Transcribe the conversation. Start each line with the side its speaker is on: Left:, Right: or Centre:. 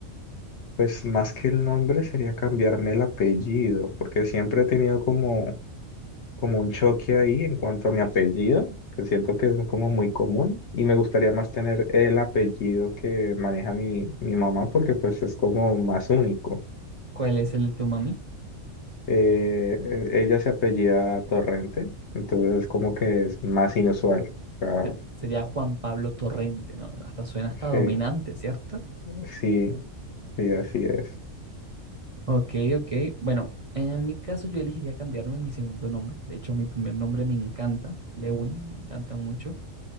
Left: pues más que el nombre sería cambiarme el apellido, porque siempre he tenido como como un choque ahí en cuanto a mi apellido, que siento que es como muy común y me gustaría más tener el apellido que maneja mi, mi mamá porque pues es como más único.
Right: ¿Cuál es el de tu mami?
Left: Eh, e- ella se apellida Torrente, entonces es como que es más inusual. O sea,
Right: Se- Sería Juan Pablo Torrente, ¿no? Hasta suena hasta dominante,
Left: sí,
Right: ¿cierto?
Left: sí, sí, así es.
Right: Ok, ok. Bueno, en mi caso yo elegiría cambiarme mi segundo nombre. De hecho, mi primer nombre me encanta, Lewin, me encanta mucho.